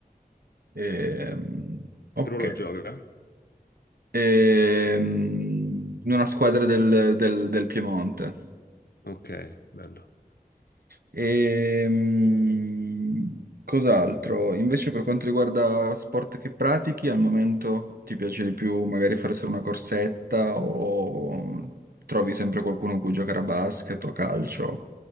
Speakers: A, on the right; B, on the left.
A: Ehm, ok,
B: Che ruolo gioca?
A: Ehm, una squadra del, del- del Piemonte.
B: Ok, bello.
A: Ehm, cos'altro? Invece per quanto riguarda sport che pratichi, al momento ti piace di più magari fare solo una corsetta o trovi sempre qualcuno con cui giocare a basket o a calcio?